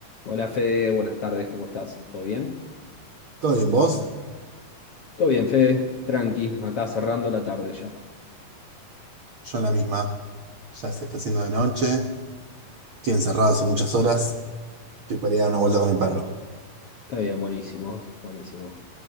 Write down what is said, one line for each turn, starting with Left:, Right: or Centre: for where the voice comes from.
Left: Hola Fede, buenas tardes, ¿cómo estás? ¿Todo bien?
Right: ¿Todo bien vos?
Left: Todo bien, Fede, tranqui, acá cerrando la tarde ya.
Right: Yo en la misma. Ya se está haciendo de noche. Estoy encerrado hace muchas horas. Estoy para ir a dar una vuelta con el perro.
Left: Está bien, buenísimo, buenísimo.